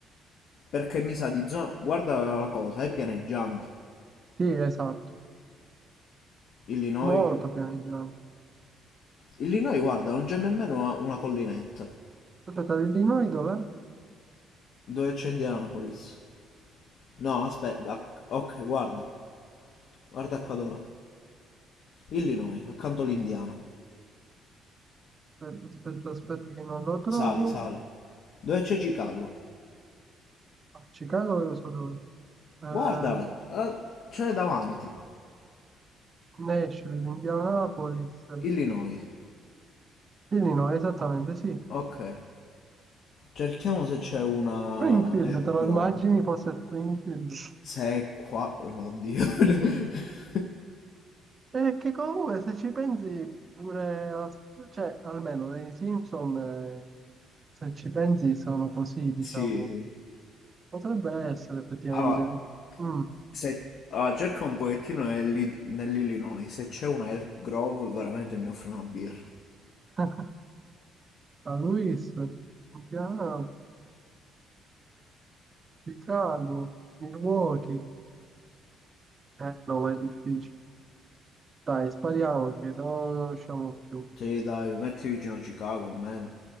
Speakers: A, on the left; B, on the right.
A: Perché mi sa di zona. Guarda la cosa, è pianeggiante.
B: Sì, esatto.
A: Illinois.
B: Molto pianeggiante.
A: Illinois, guarda, non c'è nemmeno una collinetta.
B: Aspetta, di di noi dov'è?
A: Dove c'è Indianapolis? No, aspetta. a- ok, guarda. Guarda qua dov'è. Illinois, accanto all'Indiana.
B: Aspetta, aspetta, aspetta che non lo trovo.
A: Sali, sali. Dove c'è Chicago?
B: Ah, Chicago io so dove. Eh,
A: Guarda, ah, c'è davanti.
B: Nashville, Indianapolis.
A: Illinois.
B: Illinois, esattamente, sì.
A: Ok. Cerchiamo se c'è una
B: Springfield,
A: Elk
B: te lo
A: Grove.
B: immagini fosse Springfield?
A: Se è qua... oh, no, Oddio. <laughs>
B: Perché comunque se ci pensi pure, a- cioè almeno dei Simpson, eh, se ci pensi sono così, diciamo.
A: sì, sì.
B: Potrebbe essere effettivamente.
A: Allora,
B: Mm.
A: se... allora, cerca un pochettino nell'I- nell'Illinois. Se c'è una Elk Grove, veramente mi offre una birra.
B: <laughs> San Luis, Milano, Chicago, Milwaukee. Eh, no, ma è difficile. Dai, spariamo perché se no non riusciamo più.
A: Sì, dai, metti vicino a Chicago almeno.